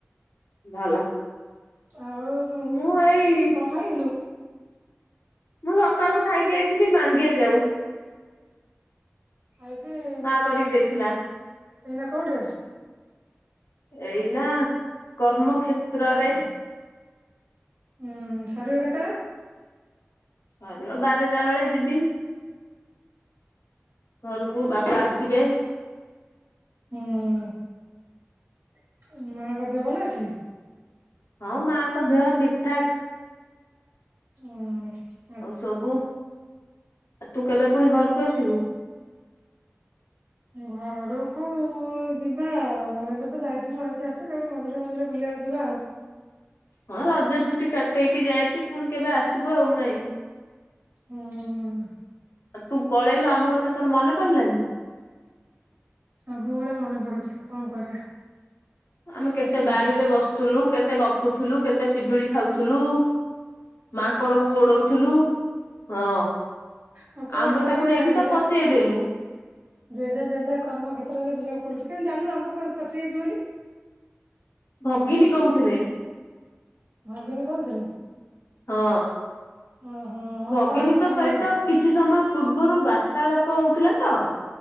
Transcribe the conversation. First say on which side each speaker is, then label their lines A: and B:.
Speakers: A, on the left; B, on the right.
A: ଭଲ।
B: ଆଉ
A: ମୁଁ ଏଇ
B: ଖାଇବୁନୁ
A: ମୁଁ ସକାଳୁ ଖାଇକି ଆଇଥିଲି ମାଣ୍ଡିଆ ଯାଉ।
B: ଖାଇକି
A: ମା କରିକି ଦେଇଥିଲା।
B: ଏଇନା କୋଉଠି ଅଛୁ?
A: ଏଇନା କର୍ମ କ୍ଷେତ୍ରରେ।
B: ଉଁ ସରିବ କେତ୍
A: ସରିବ ବାରଟା ବେଳେ ଯିବି। ଘରକୁ ବାପା ଆସିବେ।
B: ହୁଁ ମା ଙ୍କ ଦେହ ଭଲ ଅଛି?
A: ହଁ ମା ଙ୍କ ଦେହ ଠିକ ଠାକ୍।
B: ଅ
A: ଆଉ ସବୁ ଆଉ ଆ ତୁ କେବେ ପୁଣି ଘରକୁ ଆସିବୁ?
B: ଘରୁକୁ ଯିବା ଆଉ ଏବେ ତ ଯାଇଥିଲି ରହିକି ଆସିଚି କେବେ ମଝିରେ ମଝିରେ ବୁଲିବାକୁ ଯିବା ଆଉ।
A: ହଁ ରଜ ଛୁଟି କାଟେଇକି ଯାଇଚୁ ପୁଣି କେବେ ଆସିବୁ ଆଉ ନାଇଁ।
B: ହୁଁ।
A: ଆଉ ତୁ ପଳେଇଲୁ ଆମ କଥା ତୋର ମନେ ପଡିଲାନି?
B: ସବୁବେଳେ ମନେ ପଡୁଛି କଣ କରିବା?
A: ଆମେ କେତେ
B: ଶାଶୁଘ
A: ବାରିରେ ବସୁଥିଲୁ କେତେ ଗପୁଥିଲୁ କେତେ ପିଜୁଳି ଖାଉଥିଲୁ ମାଙ୍କଡ କ ଗୋଡଉଥିଲୁ ହଁ।
B: ଆଉ କଣ
A: ଆମ୍ବ
B: କରିବା
A: ଟାକୁ ନେଇକି
B: ଜେଜେ
A: ତ ପଚେଇଦେଲୁ
B: ଜେଜେ ଜେଜା କର୍ମ କତ୍ରାରେ ଯିବାକୁ ପଡୁଛି କେମୁ ଜାଣୁ ଆମ୍ବ ପାଚିଯାଇଛି ବୋଲି?
A: ଭଗିନୀ କୋଉଥିରେ
B: ଭାଗିନୀ କହୁଥିଲେ?
A: ହଁ
B: ଓହୋ ହଉ
A: ଭଗିନୀଙ୍କ
B: ବା ଆଉ
A: ସହିତ କିଛି ସମୟ ପୂର୍ବରୁ ବାର୍ତ୍ତାଳାପ ହଉଥିଲା ତ